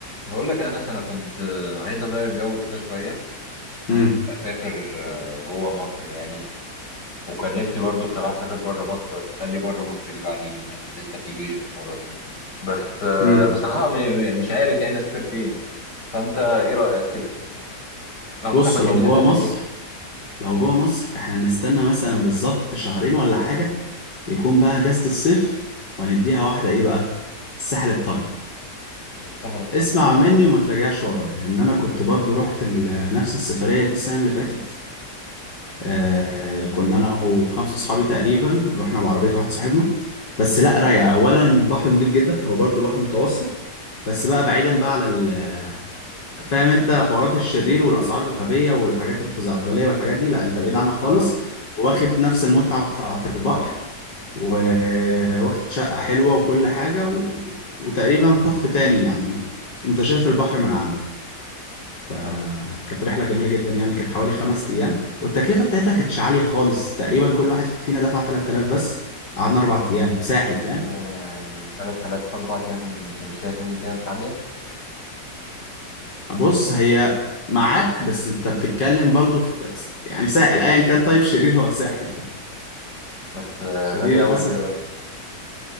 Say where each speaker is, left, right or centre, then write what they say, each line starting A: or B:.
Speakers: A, on the left (about 70°); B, on the left (about 85°).
A: بقول لك يا انس انا كنت آه، عايز اغير جو كده شويه
B: امم
A: اسافر آه، جوه مصر يعني وكان نفسي برضو بصراحه اسافر بره مصر بس خلي بره مصر دي بعدين يعني عشان لسه في جيش وحوارات بس آه،
B: امم
A: بصراحه م- م- مش عارف يعني اسافر فين فانت ايه رايك كده لو
B: بص
A: انت مكاني
B: لو جوه
A: هتعمل
B: مصر
A: ايه
B: لو جوه مصر احنا نستنى مثلا بالظبط شهرين ولا حاجة يكون بقى اجازة الصيف ونديها واحدة ايه بقى الساحل الطيب
A: السهل الطيب
B: اسمع مني
A: ده
B: وما تراجعش ورايا ان انا كنت برضو رحت ال- نفس السفرية دي السنة اللي فاتت آه كنا انا وخمسة اصحابي تقريبا رحنا بعربية واحد صاحبنا بس لا رايقة اولا البحر نضيف جدا هو برضو بحر متوسط بس بقى بعيدا بقى على فاهم انت حوارات الشرير والاسعار الغبيه والحاجات الخزعبليه والحاجات دي لا انت بعيد عنها خالص
A: اه
B: واخد نفس المتعه بتاعه البحر وواخد شقه حلوه وكل حاجه و... وتقريبا طف تاني يعني انت شايف البحر من عندك فكانت
A: اه
B: رحله جميله جدا يعني كانت حوالي خمس ايام والتكلفه بتاعتها كانتش عاليه خالص تقريبا كل واحد فينا دفع 3000 بس قعدنا اربع ايام ساحل فاهم
A: يعني 3000 اربع ايام انت مش شايف ان دي كده مش عاليه
B: بص هي معاك بس انت بتتكلم برضو في يعني ساحل ايا كان طيب شرير هو ساحل ف...
A: بس آه،
B: فدي
A: غاليه
B: للاسف
A: قوي كده